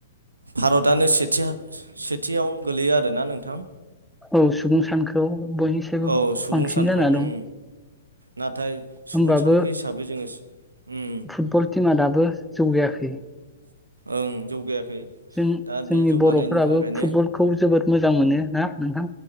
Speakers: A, on the right (about 80°); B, in the centre.
A: भारतआनो सेथि सेथियाव गोलैयो आरोना नोंथां।
B: औ सुबुं सानखोआव बयनिसायबो
A: औ सुबुं
B: बांसिन
A: सानखौ
B: जाना
A: उम
B: दं।
A: नाथाय सुबुं
B: होमबाबो
A: सानखो हिसाबै जोङो उम
B: फुटबल टिमा दाबो जौगायाखै।
A: ओं जौगायाखै।
B: जों
A: दा
B: जोंनि
A: बे जौगानायनि
B: बर'फोराबो
A: थाखायनो
B: फुटबलखौ जोबोद मोजां मोनो। ना नोंथां?